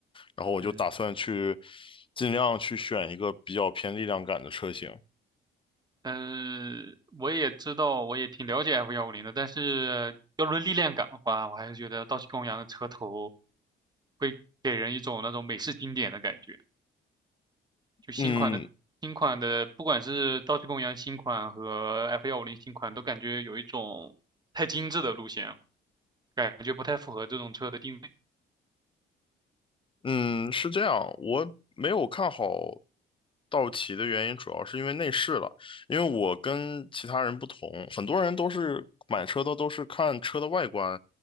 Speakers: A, on the left; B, on the right.
A: 然后我就打算去
B: 嗯，
A: 尽量去选一个比较偏力量感的车型。
B: 嗯，我也知道，我也挺了解 F 幺五零的，但是要论力量感的话，我还是觉得道奇公羊的车头会给人一种那种美式经典的感觉。就新款的新款的，
A: 嗯
B: 不管是道奇公羊新款和 F 幺五零新款，都感觉有一种太精致的路线了，感觉不太符合这种车的定位。
A: 嗯，是这样，我没有看好道奇的原因主要是因为内饰了，因为我跟其他人不同，很多人都是买车的都是看车的外观。